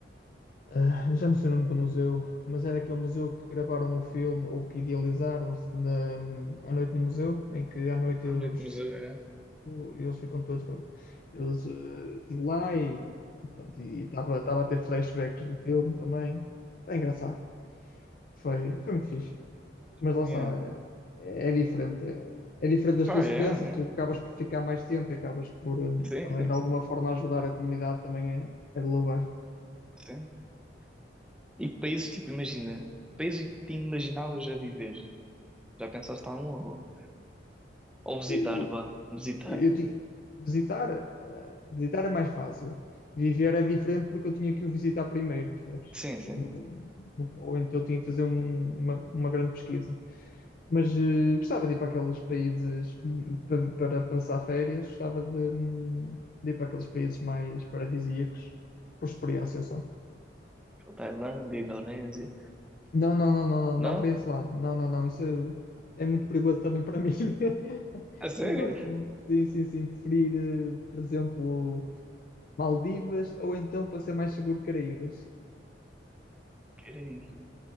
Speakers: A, on the left; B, in the centre.
A: ah, já não sei o nome do museu, mas era aquele museu que gravaram o filme ou que idealizaram-se na, à noite no museu, em que à noite eles,
B: Olha como se vê.
A: o- eles ficam todos, pronto. Eles eh, estive lá e e pronto, e estava estava a ter flashbacks do filme também. É engraçado. Foi, foi muito fixe. mas lá
B: É.
A: está,
B: É.
A: é, é diferente. É, é diferente das
B: Pá,
A: tuas
B: é,
A: experiências, tu
B: é.
A: acabas por ficar mais tempo e acabas por eh,
B: Sim,
A: também
B: sim,
A: de alguma
B: sim,
A: forma ajudar a comunidade, também é, é de louvar.
B: sim. E que países, tipo, imagina. Países é que te imaginavas a viver. Já pensaste em algum? Ou, ou visitar,
A: Eh,
B: vá. Visitar.
A: Eu, eu tinha, visitar, eh, visitar é mais fácil. Viver é diferente porque eu tinha que o visitar primeiro, percebes?
B: Sim, sim.
A: Porque não- não- ou então eu tinha que fazer um- uma, uma grande pesquisa. Mas eh, gostava de ir para aqueles países eh, para, para passar férias, gostava de, hum, de ir para aqueles países mais paradisíacos, por experiência só.
B: Tailândia, Indonésia.
A: Não, não, não, não,
B: Não?
A: não, não para esse lado. Não, não, não, isso é muito perigoso também para mim. <laughs>
B: A sério?
A: Não gosto muito. Sim, sim, sim, preferir, eh, por exemplo. Maldivas, ou então, para ser mais seguro, Caraíbas,
B: Querem.